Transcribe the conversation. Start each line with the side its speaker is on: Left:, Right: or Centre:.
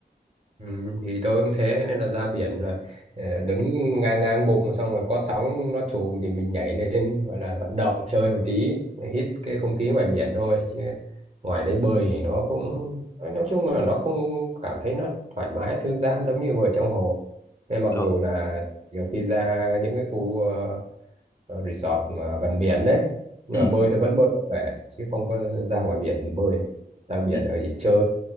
Right: Ừ, thì tôi cũng thế nên là ra biển là ờ, đứng ngang ngang bụng xong rồi có sóng nó chùm thì mình nhảy lên gọi là vận động chơi một tí hít cái không khí ngoài biển thôi chứ ngoài đấy bơi thì nó cũng nói chung là nó không cảm thấy nó thoải mái thư giãn giống như bơi trong hồ nên mặc
Left: Được.
Right: dù là nhiều khi ra những cái khu ờ, ờ, resort mà gần biển đấy nhưng
Left: Ừ.
Right: mà bơi tôi vẫn bơi được bể chứ không có ra ngoài biển bơi ra biển
Left: Ừ.
Right: ở chỉ chơi